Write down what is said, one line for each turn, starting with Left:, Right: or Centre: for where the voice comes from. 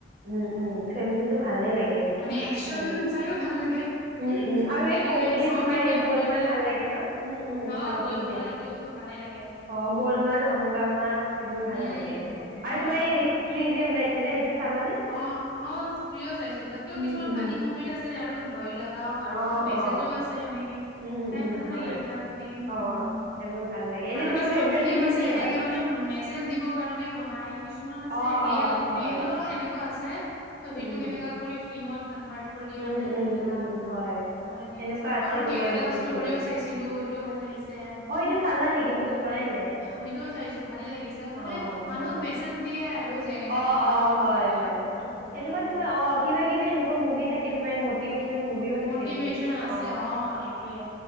Right: উম উম ফেমিলিটো ভালে লাগে সেইটো
Left: মানে একচন
Right: সেইবোৰ
Left: চাইও ভাল লাগে।
Right: উম উম আৰু
Left: যেনেকা
Right: কমেডি
Left: এই চাউথ
Right: তোমাৰ
Left: ইণ্ডিয়ান
Right: এই গলমাল
Left: মুভি বিলাক,
Right: ভাল লাগে ন উম উম
Left: অ'
Right: চাউথ
Left: গ'লমাল
Right: ইণ্ডিয়ান
Left: এইটোতো ভালে লাগে।
Right: অ' গ'লমাল হংগামা সেইবোৰ
Left: উম
Right: ভাল লাগে। আৰু
Left: অ
Right: তুমি স্ত্ৰী যে ওলাইছিলে সেইটো চালানে
Left: অ', অ', স্ত্ৰীও চাইছো। তাতেও
Right: উম
Left: কিছুমান
Right: উম
Left: ফানী ম'মেট আছে আৰু ভয় লাগ আৰু
Right: অ
Left: মেছেজো
Right: অ
Left: আছে এনেকে,
Right: উম
Left: চাই
Right: উম
Left: ভাল
Right: হয়
Left: লাগে এইবিলাক ফিলিম।
Right: অ
Left: উম।
Right: অ সেইবোৰ ভাল লাগে। এনে
Left: আৰু
Right: তোমাৰ
Left: কিছুমান
Right: ফেভৰেট
Left: ফিলিম
Right: ফিল্ম
Left: আছে
Right: কি
Left: এনেকে
Right: হয়
Left: মানে, মেছ <unintelligible> দিবৰ কাৰণে বনাই কিছুমান আছে
Right: অ
Left: ৰিয়েল
Right: অ হয়
Left: ৰিয়েলো এনেকুৱা আছে। ত' সেইটোক
Right: উম
Left: এনেকা কৰি ফিল্মত কানভাৰ্ট কৰ দিয়ান্তে
Right: উম উম
Left: এনেকা
Right: উম হয়
Left: আৰু এনেকে
Right: এনেকুৱা
Left: চাওঁ
Right: আছে
Left: আৰু
Right: তোমাৰ
Left: কেৰেলা
Right: বহুত
Left: ষ্টৰিও
Right: কিবা কিবি
Left: চাইছিলোঁ টো ভাল লাগিছে।
Right: অ, এইটো চালা নেকি মই চোৱাই নাই এইটো।
Left: সেইটোও চাইছো ভালে লাগিছ যে মানে
Right: অ
Left: মানুহক
Right: সেইটোৱে
Left: মেছেজ দিয়ে আৰু যে এনেকা
Right: অ',
Left: তেনেকা
Right: অ',
Left: কৰিব
Right: হয়,
Left: লাগে,
Right: হয়।
Left: সেইটো ভাল লাগে।
Right: এনেকুৱা তোমাৰ অ', কিবা কিবি এনেকুৱা মুভি থাকে তোমাৰ এই মটিভেচন মুভিও
Left: মটিভেশ্যন
Right: থাকে বহুত খিন
Left: আছে
Right: অ,
Left: অ, এইটোৱে।